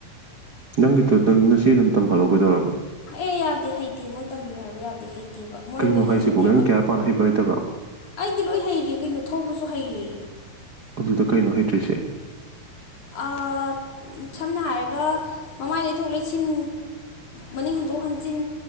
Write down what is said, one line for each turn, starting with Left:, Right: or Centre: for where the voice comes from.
Right: ꯅꯪꯒꯤꯗꯣ ꯅꯪ ꯅꯆꯦ ꯑꯗꯨꯝ ꯇꯝꯍꯜꯂꯣ ꯀꯩꯗꯧꯔꯒꯦ
Left: ꯑꯦ ꯌꯥꯗꯦ ꯍꯩꯇꯦ ꯃꯣꯏ ꯇꯝꯕꯤꯌꯨ ꯍꯥꯏꯕ ꯌꯥꯗꯦ ꯍꯩꯇꯦ ꯃꯣꯏ
Right: ꯀꯩꯅꯣ
Left: ꯑꯣꯏ
Right: ꯍꯥꯏꯁꯤꯕꯣ
Left: ꯍꯩꯖꯗꯦꯕ
Right: ꯅꯪ ꯒ꯭ꯌꯥꯔ ꯄꯥꯟꯅ ꯍꯩꯕ꯭ꯔꯣ ꯍꯩꯇꯕ꯭ꯔꯣ?
Left: ꯑꯩꯗꯤ ꯂꯣꯏ ꯍꯩꯔꯦ ꯀꯩꯅꯣ ꯊꯧꯕꯁꯨ ꯐꯩꯌꯦ
Right: ꯑꯗꯨꯗ ꯀꯩꯅꯣ ꯍꯩꯇ꯭ꯔꯤꯁꯦ
Left: ꯑꯥ ꯁꯝꯅ ꯍꯥꯏꯔꯒ ꯃꯃꯥꯏ ꯂꯩꯊꯣꯛ ꯂꯩꯁꯤꯟ ꯃꯅꯤꯡ ꯍꯟꯗꯣꯛ ꯍꯟꯖꯤꯟ